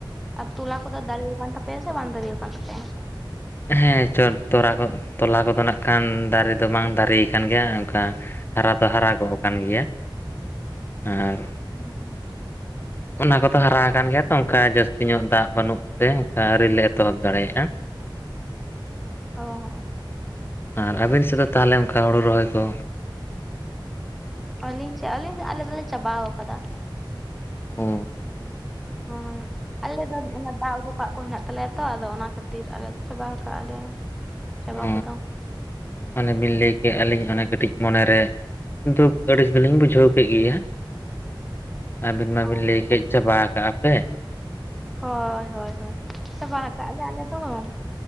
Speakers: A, in the centre; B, on the left.
A: ᱟᱨ ᱛᱚᱞᱟ ᱠᱚᱫᱚ ᱫᱟᱨᱮ ᱠᱟᱱ ᱛᱟᱯᱮᱭᱟ ᱥᱮ ᱵᱟᱝ ᱫᱟᱨᱮ ᱠᱟᱱ ᱛᱟᱯᱮᱭᱟ?
B: ᱦᱮᱸ ᱪᱚ ᱛᱚᱞᱟ ᱠᱚ ᱛᱚᱞᱟ ᱠᱚᱫᱚ ᱱᱟᱜ ᱠᱷᱟᱱ ᱫᱟᱨᱮ ᱫᱚ ᱵᱟᱝ ᱫᱟᱨᱮ ᱠᱟᱱ ᱜᱮᱭᱟ ᱚᱱᱠᱟ ᱦᱟᱨᱟ ᱫᱚ ᱦᱟᱨᱟ ᱜᱚᱜ ᱠᱟᱱ ᱜᱮᱭᱟ ᱟᱨ
A: <inaudible>
B: ᱚᱱᱟ ᱠᱚᱛᱚ ᱦᱟᱨᱟ ᱠᱟᱱ ᱜᱮᱭᱟ ᱛᱚ ᱚᱱᱠᱟ ᱡᱟᱹᱥᱛᱤ ᱧᱚᱜ ᱫᱟᱜ ᱵᱟᱹᱱᱩᱜ ᱛᱮ ᱚᱱᱠᱟ ᱟᱹᱣᱨᱤ ᱞᱮ ᱮᱛᱚᱦᱚᱵ ᱫᱟᱲᱮᱭᱟᱜᱼᱟ ᱾
A: ᱚ ᱦᱚᱸ
B: ᱟᱨ ᱟᱹᱵᱤᱱ ᱥᱮᱫ ᱫᱚ ᱛᱟᱦᱚᱞᱮ ᱚᱱᱠᱟ ᱦᱩᱲᱩ ᱨᱚᱦᱚᱭ ᱠᱚ?
A: ᱟᱹᱞᱤᱧ ᱪᱮᱫ ᱟᱹᱞᱤᱧ ᱟᱞᱮ ᱫᱚᱞᱮ ᱪᱟᱵᱟᱣ ᱠᱟᱫᱟ ᱾
B: ᱚᱻ
A: ᱦᱚᱭ ᱟᱞᱮ ᱫᱚ ᱚᱱᱟ ᱫᱟᱜ ᱠᱚᱣᱟᱜ ᱠᱚ ᱦᱮᱱᱟᱜ ᱛᱟᱞᱮᱭᱟ ᱛᱚ ᱟᱫᱚ ᱚᱱᱟ ᱠᱷᱟᱹᱛᱤᱨ ᱟᱞᱮ ᱫᱚ ᱪᱟᱵᱟ ᱠᱟᱜᱼᱟᱞᱮ ᱪᱟᱵᱟ
B: ᱚ
A: ᱠᱚᱫᱚ
B: ᱚᱱᱮ ᱵᱤᱱ ᱞᱟᱹᱭ ᱠᱮᱫ ᱟᱹᱞᱤᱧ ᱚᱱᱮ ᱠᱟᱹᱴᱤᱡ ᱢᱚᱱᱮ ᱨᱮ ᱾ ᱠᱤᱱᱛᱩ ᱟᱹᱲᱤᱥ ᱜᱮᱞᱤᱧ ᱵᱩᱡᱷᱟᱹᱣ ᱠᱮᱜ ᱜᱮᱭᱟ ᱾ ᱟᱹᱵᱤᱱ ᱢᱟᱵᱤᱱ
A: ᱚ
B: ᱞᱟᱹᱭ ᱠᱮᱫ ᱪᱟᱵᱟ ᱠᱟᱜᱼᱟ ᱯᱮ ᱾
A: ᱦᱳᱭ ᱦᱳᱭ ᱦᱳᱭ ᱪᱟᱵᱟ ᱠᱟᱜᱼᱟ ᱞᱮ ᱟᱞᱮ ᱫᱚ ᱾